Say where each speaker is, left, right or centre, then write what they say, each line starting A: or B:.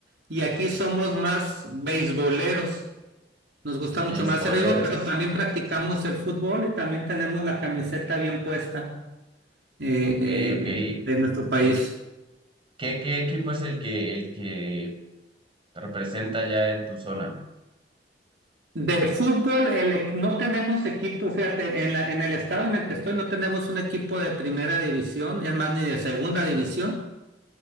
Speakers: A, on the right; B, on the right.
A: y aquí somos más beisboleros. Nos gusta
B: Beisboleros.
A: mucho más el béisbol, pero también practicamos el fútbol y también tenemos la camiseta bien puesta eh,
B: Ok,
A: eh,
B: ok.
A: de nuestro país.
B: ¿Y qué, qué equipo es el que, el que te representa allá en tu zona?
A: De fútbol, el e- no tenemos equipo, fíjate, en la, en el estado en el que estoy no tenemos un equipo de primera división, es más, ni de segunda división,